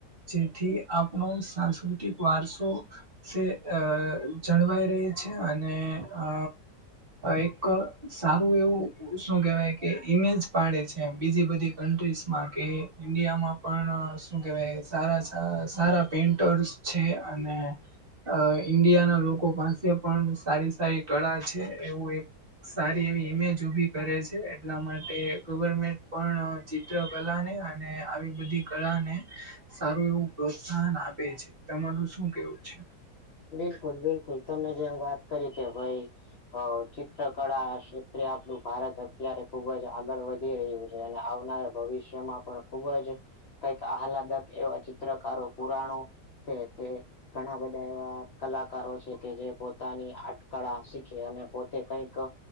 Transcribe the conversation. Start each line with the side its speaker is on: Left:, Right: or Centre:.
Right: જેથી આપણો સાંસ્કૃતિક વારસો છે અ જળવાઈ રહે છે, અને અ એક સારું એવું શું કેહેવાય કે ઈમેજ પાડે છે બીજી બધી કન્ટ્રીઝ મા કે ઈન્ડિયામાં પણ શું કેવાય? સારા સારા પેન્ટર્સ છે, અને અ ઈન્ડિયા ના લોકો પાસે પણ સારી સારી કળા છે એવું એક સારી એવી ઇમેજ ઉભી કરે છે એટલા માટે ગવર્મેન્ટ પણ ચિત્ર કલા ને અને આવી બધી કળાને સારું એવું પ્રોત્સાહન આપે છે. તમારું શું કેવું છે?
Left: બિલકુલ બિલકુલ તમે જેમ વાત કરી કે ભાઈ હ ચિત્ર કળા ક્ષેત્રે આપણું ભારત અત્યારે ખુબ જ આગળ વધી રહ્યું છે. અને આવનારા ભવિષ્યમાં પણ ખુબ જ કંઈક આહલાદક એવા ચિત્રકારો પુરાણો છે તે ઘણા બધા એવા કલાકારો છે કે, જે પોતાની આર્ટકળા શીખે અને પોતે કંઈક